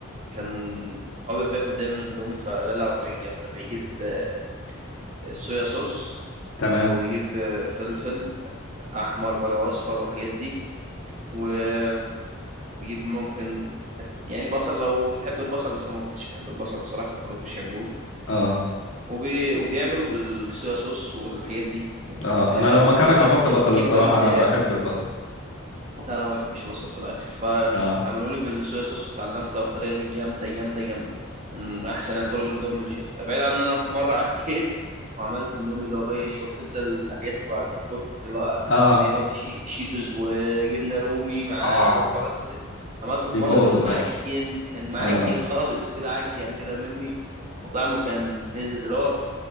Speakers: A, on the right (about 35°); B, on the left (about 65°).
A: كان هو بياكل دايما اندومي فجلى على طريقة جامدة بيجيب آه، صويا صوص
B: تمام
A: وبيجيب آه، فلفل أحمر بقى وأصفر والحاجات دي وبيجيب ممكن يعني بصل لو بتحب البصل بس أنا ما كنتش بحب البصل بصراحة فما خليتوش يعملوا لي
B: اه
A: وبي... وبيعملوا بالصويا صوص والحاجات دي
B: اه
A: آه،
B: انا لو مكانك
A: دي توابل
B: احط
A: زي...
B: بصل
A: بيجيب
B: الصراحه
A: توابل زيادة
B: انا بحب البصل
A: لا لا ما بحبش البصل في الاكل فعملوا
B: اه
A: لي بالصويا صوص وتعلمتها والطريقه دي جامده جامده جامده من احسن يعني طرق الاندومي اللي شفتها بعيد عن ان انا في مره عكيت <laughs> وعملت اندومي اللي هو ايه شفت انت الحاجات بقى على التيك توك اللي هو
B: اه
A: بيحط شي شيتوز وجبنه رومي معاه
B: اه
A: والحوارات كتير عملته
B: بيبوظ
A: في مره كان
B: الاكل
A: معجن كان معجن
B: اه
A: <laughs> خالص كده عجن كده مني وطعمه كان مزز اللي هو